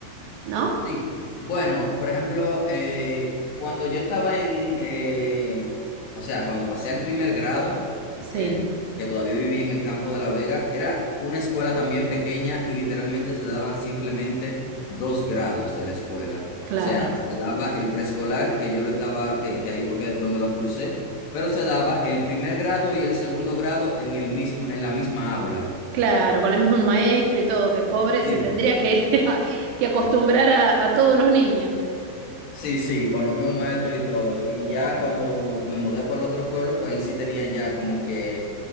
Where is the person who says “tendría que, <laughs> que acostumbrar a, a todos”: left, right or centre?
Right